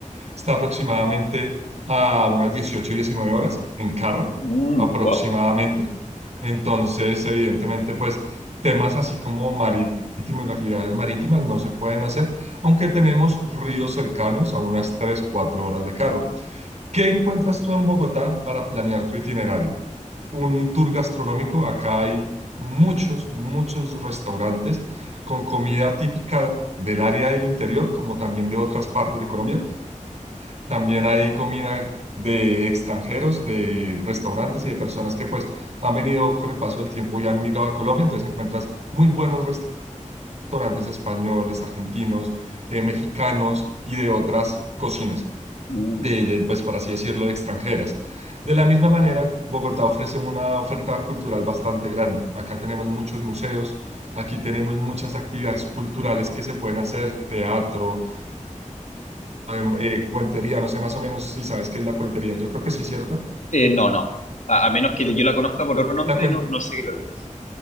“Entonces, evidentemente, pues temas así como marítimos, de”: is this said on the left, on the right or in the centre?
Right